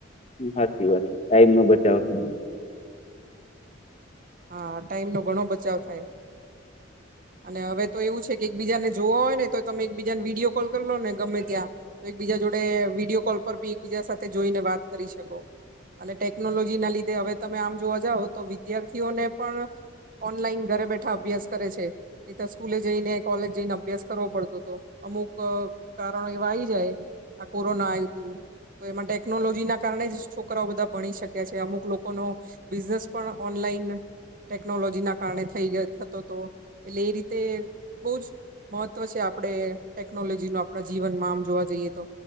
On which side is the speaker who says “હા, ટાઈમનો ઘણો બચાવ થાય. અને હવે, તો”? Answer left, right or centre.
Right